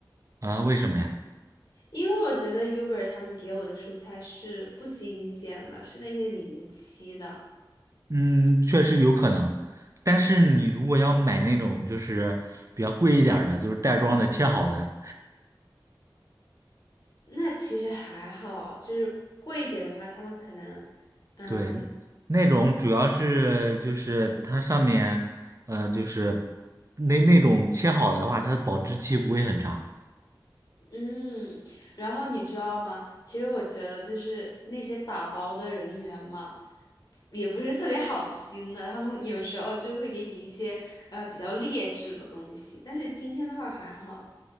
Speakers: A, on the right; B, on the left.
A: 啊，为什么呀？
B: 因为我觉得 Uber 他们给我的蔬菜是不新鲜的，是那些临期的。
A: 嗯，确实有可能，但是你如果要买那种就是比较贵一点儿的，就是袋装的切好的，
B: 那其实还好，就是贵一点的话，他们可能，嗯。
A: 对，那种主要是就是它上面，呃，就是那那种切好的话，它的保质期不会很长。
B: 嗯，然后你知道吗？其实我觉得就是那些打包的人员嘛，也不是特别好心的，他们有时候就会给你一些呃比较劣质的东西。但是今天的话还好，